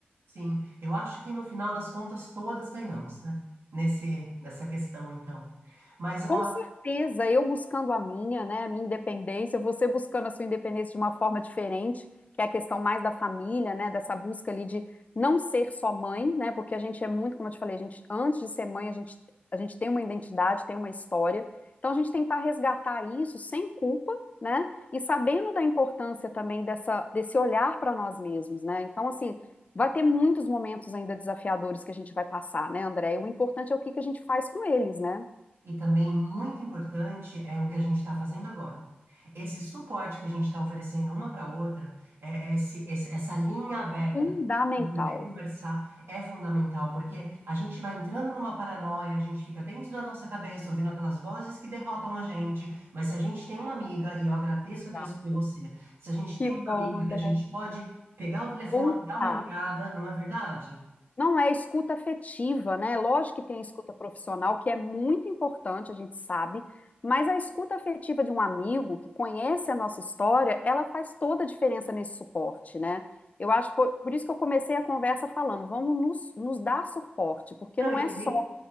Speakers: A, on the right (about 80°); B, on the left (about 40°).
A: Sim, eu acho que no final das contas todas ganhamos, né? Nesse, nessa questão, então. Mas
B: Com certeza, eu buscando a minha, né, a minha independência, você buscando a sua independência de uma forma diferente, que é a questão mais da família, né, dessa busca ali de não ser só mãe, né, porque a gente é muito, como eu te falei, a gente, antes de ser mãe, a gente, a gente tem uma identidade, tem uma história, então a gente tentar resgatar isso sem culpa, né, e sabendo da importância também dessa, desse olhar para nós mesmos, né, então assim, vai ter muitos momentos ainda desafiadores que a gente vai passar, né, André, e o importante é o que que a gente faz com eles, né?
A: E também muito importante é o que a gente está fazendo agora. Esse suporte que a gente está oferecendo uma para outra, é- é esse- esse- essa linha aberta
B: Fundamental.
A: de poder conversar é fundamental, porque a gente vai entrando numa paranoia, a gente fica dentro da nossa cabeça, ouvindo aquelas vozes que derrotam a gente. Mas se a gente tem uma amiga, e eu agradeço
B: Exato.
A: a Deus por ter você, se a gente
B: Que
A: tem
B: bom,
A: uma amiga
B: André.
A: que a gente pode pegar o telefone,
B: Contato.
A: dar uma ligada, não é verdade?
B: Não é escuta afetiva, né? Lógico que tem a escuta profissional, que é muito importante, a gente sabe, mas a escuta afetiva de um amigo que conhece a nossa história, ela faz toda a diferença nesse suporte, né? Eu acho, por, por isso que eu comecei a conversa falando, vamos nos, nos dar suporte, porque
A: Não,
B: não
A: eu
B: é
A: nem
B: só,